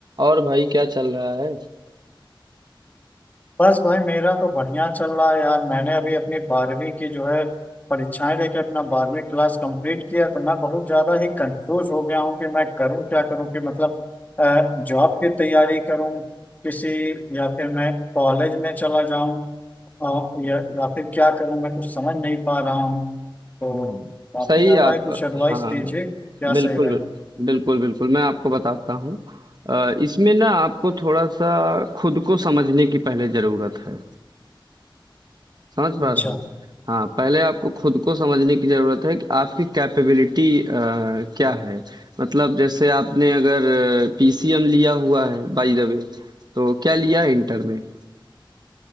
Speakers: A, on the right (about 55°); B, on the left (about 20°).
A: और भाई क्या चल रहा है
B: बस भाई मेरा तो बढ़िया चल रहा है यार मैंने अभी अपनी बारहवीं की जो है परीक्षाएं लेके अपना बारहवीं क्लास कंप्लीट किया तो मैं बहुत ज्यादा ही कंफ्यूज हो गया हूँ कि मैं करूँ क्या करूँ कि मतलब जॉब की तैयारी करूँ किसी या फिर मैं कॉलेज में चला जाऊँ और या, या फिर क्या करूँ मैं कुछ समझ नहीं पा रहा हूँ तो
A: हम्म
B: काफी
A: सही
B: ज्यादा
A: आप
B: है कुछ एडवाइस
A: हाँ
B: दीजिए क्या सही
A: बिल्कुल
B: रहेगा
A: बिल- बिल्कुल बिल्कुल मैं आपको बताता हूँ अ, इसमें ना आपको थोड़ा सा खुद को समझने की पहले जरूरत है समझ पा
B: अच्छा
A: रहे हैं हाँ पहले आपको खुद को समझने की जरूरत है कि आपकी कैपेबिलिटी क्या है मतलब जैसे आपने अगर पीसीएम लिया हुआ है बाय द वे तो क्या लिया है इंटर में